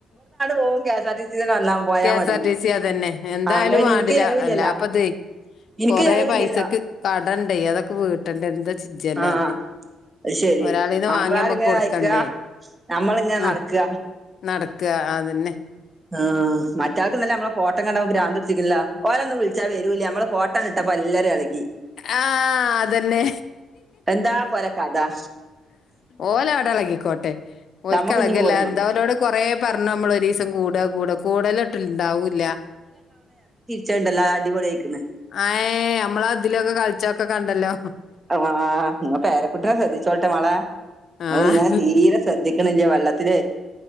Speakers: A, on the right; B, on the left.
A: പോകും K S R T C തന്നെ വന്നാ പോയാ
B: കെ എസ്
A: മതി
B: ആർ ടി സി അതന്നെ എന്തായാലും
A: ആ എന്നാ പിന്നെ
B: വേണ്ടില്ല
A: എനിക്ക് ചെലവില്ലല്ലോ
B: എല്ലാപ്പതേ
A: എനിക്ക്
B: കൊറ
A: ചെലവില്ലല്ലോ
B: പൈസക്ക് കടണ്ടേ അതൊക്കെ വീട്ട് കിട്ടേണ്ട എന്താ ചിജ്ജല്ലോ
A: ആ
B: അതെ
A: അത് ശരി
B: ഒരാളീന്ന്
A: മാപ്പിളാരിങ്ങനെ
B: വാങ്ങി നമ്മുക്ക് കൊടുക്കണ്ടേ?
A: അയക്കുക നമ്മളിങ്ങനെ
B: ആഹ്
A: നടക്ക
B: നടക്ക അതന്നെ
A: ആ് മറ്റാൾക്ക് ഇന്നലെ നമ്മള ഫോട്ടം കണ്ട്പോ ഭ്രാന്ത്‌ പിടിച്ചുക്കുന്നല്ലോ ഓലൊന്നും വിളിച്ചാൽ വരൂലേ നമ്മ ഫോട്ടോ ട്ടണിട്ടപ്പോ എല്ലാരും എളകി
B: ആഹ് അതന്നെ
A: എന്താ പോലെ കഥ
B: ഓല വിടെ ഇളകിക്കോട്ടെ ഓല്ക്കളകിയല്ല
A: നമ്മക്ക് ഇഞ്ഞും കൂടണം
B: എന്താ ഓനോട് കൊറേ പറഞ്ഞു നമ്മള ഒരീസം കൂട കൂട കൂടലിട്ട ണ്ടാവൂല്ല
A: ചെണ്ടല്ല അടിപോളിയയ്ക്കൻ
B: ആഏ നമ്മളതിലൊക്കെ കളിച്ചൊക്കെ കണ്ടല്ലോ
A: ആ് നി പേരെക്കുട്ടനെ ശ്രദ്ധിച്ചോളട്ടെ മളെ
B: ആഹ്
A: ങ്ങള് അതിനെ തീരെ ശ്രദ്ധിക്കണില്ലേ വെള്ളത്തില